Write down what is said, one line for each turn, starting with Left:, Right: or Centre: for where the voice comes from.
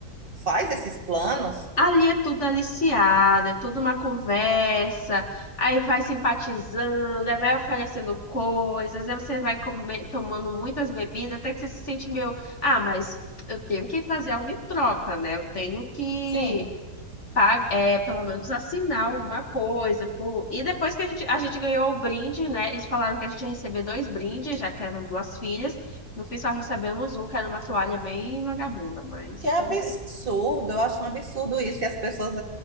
Right: faz esses planos?
Left: Ali é tudo aliciado, é toda uma conversa, aí vai simpatizando, aí vai oferecendo coisas, aí você vai comer- tomando muitas bebidas, até que você se sente meio, ah, mas eu tenho que fazer algo em troca, né? Eu tenho que
Right: Sim.
Left: pa- é, pelo menos assinar alguma coisa. pô. E depois que a gente, a gente ganhou o brinde, né? Eles falaram que a gente ia receber dois brindes, já que eram duas filhas. No fim, só recebemos um, que era uma toalha bem vagabunda, mas
Right: Que é
Left: tudo
Right: absurdo,
Left: bem.
Right: eu acho um absurdo isso. E as pessoas.